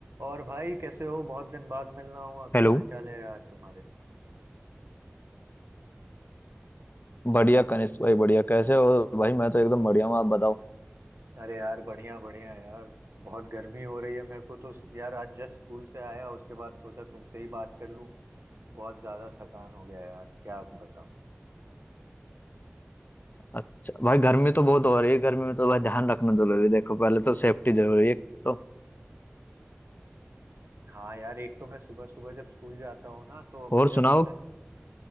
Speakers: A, on the right (about 75°); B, on the left (about 50°).
A: और भाई कैसे हो बहुत दिन बाद मिलना हुआ क्या
B: Hello
A: हाल चाल है यार तुम्हारे
B: बढ़िया कनिष्क भाई बढ़िया कैसे हो भाई मैं तो एकदम बढ़िया हूँ आप बताओ
A: अरे यार बढ़िया बढ़िया यार बहुत गर्मी हो रही है मेरे को तो यार आज जस्ट स्कूल से आया उसके बाद सोचा तुमसे ही बात कर लूं बहुत ज्यादा थकान हो गया यार क्या बताऊं
B: अच्छा भाई गर्मी तो बहुत हो रही है गर्मी में तो भाई ध्यान रखना जरूरी है देखो पहले तो सेफ्टी जरूरी है तो
A: हाँ यार एक तो मैं सुबह सुबह जब स्कूल जाता हूँ ना तो
B: और
A: मुझे
B: सुनाओ
A: लगता है